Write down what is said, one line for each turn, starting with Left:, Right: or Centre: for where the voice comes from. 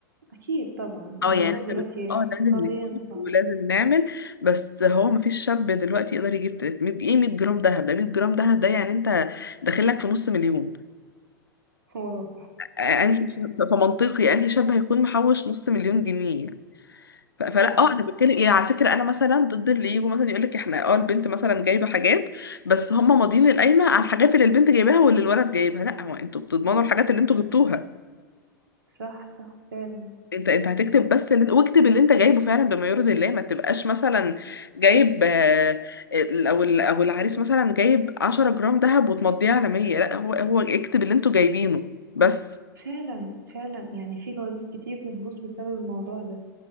Right: أكيد طبعا الموضوع
Left: اه يعني
Right: دلوقتي
Left: احنا بنقول اه
Right: اقتصاديا
Left: لازم نجيب
Right: صعب
Left: ولازم نعمل بس هو مفيش شاب دلوقتي يقدر يجيب 300 ايه 100 جرام دهب ده 100 جرام دهب ده يعني انت داخل لك في نص مليون
Right: واو
Left: آه، انهي ش- ف- فمنطقي انهي شاب هيكون محوش نص مليون جنيه يعني ف- فلا
Right: صح
Left: اه انا بتكلم ايه على فكره انا مثلا ضد اللي يجوا مثلا يقول لك احنا اه البنت مثلا جايبه حاجات بس هم ماضيين القايمه على الحاجات اللي البنت جايباها واللي الولد جايبها لا هو انتوا بتضمنوا الحاجات اللي انتوا جبتوها
Right: صح صح فعلا
Left: انت انت هتكتب بس اللي انت واكتب اللي انت جايبه فعلا بما يرضي الله ما تبقاش مثلا جايب آه، ال- او ال- او العريس مثلا جايب 10 جرام ذهب وتمضيه على 100 لا هو هو اكتب اللي انتوا جايبينه بس
Right: فعلا فعلا يعني في جوازات كتير بتبوظ بسبب الموضوع ده